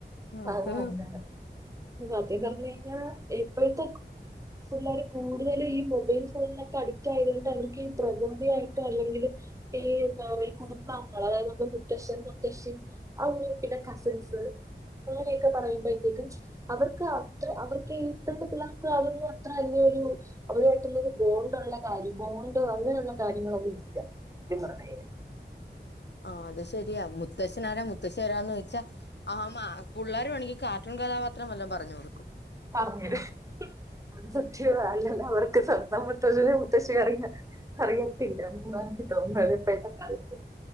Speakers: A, on the left (about 70°); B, on the right (about 15°).
A: അതാ
B: അത് എന്താണ് സത്യം പറഞ്ഞ് കഴി ഞ്ഞാ ഇപ്പഴ്ത്തെ കു പിള്ളേര് കൂട്തലും ഈ മൊബൈൽ ഫോണിലൊക്കെ അഡിക്റ്റ് ആയതുകൊണ്ട് അവർക്ക് ഈ പ്രകൃതിയായിട്ടോ അല്ലെങ്കില് ഈ എന്താ പറയാ കുടുംബാങ്കങ്ങള് അതായത് നമ്മുടെ മുത്തശ്ശൻ മുത്തശ്ശിൻ ആ ഒരു ഗ്രൂപ്പിന്റെ കസിൻസ് അങ്ങനെയെക്കെ പറയുമ്പഴ്ത്തേക്കും ച് അവർക്കാ ത്രെ അവർക്കേ ഇത്രക്കു പിരാക്ക് അതൊന്നും അത്ര വെല്യരു അവരുവായിട്ട് ഇന്നാെരു ബോണ്ട് ഉള്ളെകാര്യം ബോണ്ട് അങ്ങനെയുള്ള കാര്യങ്ങളൊന്നും ഇല്ല സത്യം പറയാണങ്കില്
A: ആഹ് അത് ശരിയയാ മുത്തശ്ശനാരാ മുത്തെശ്ശി എവരാന്ന് വെച്ച ആഹ് മാ പുള്ളേര് വേണെങ്കി കാർട്ടൂൺ കഥാപാത്രം വല്ലതും പറഞ്ഞു കൊടുക്കും
B: പറഞ്ഞെരും അത് സത്യവാ അല്ല ഇത് അവടെ എത്തിയാ സ്വന്തം മുത്തുള്ളെ ഒരുമുത്തശ്ശിയെ അറീല ഇറങ്ങ അറിയത്തില്ല എന്നാ എനിക്ക് തോന്നുന്നത് ഇപ്പഴ്ത്തെ കാലത്ത്